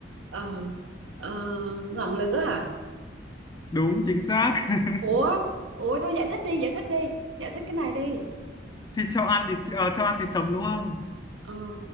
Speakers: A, on the right; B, on the left.
A: ờ ờ, ngọn lửa hả?
B: Đúng, chính xác. <laughs>
A: Ủa, ủa thôi giải thích đi, giải thích đi. Giải thích cái này đi.
B: Thì cho ăn thì à, cho ăn thì sống đúng không?
A: Ờ.